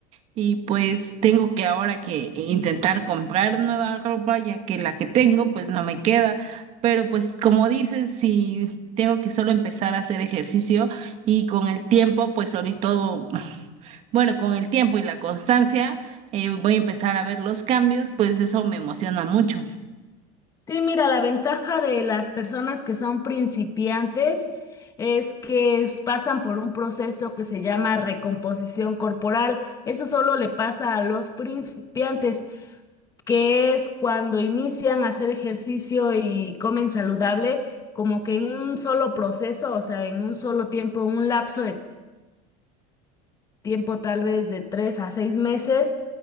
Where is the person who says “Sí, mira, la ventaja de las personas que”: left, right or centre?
Left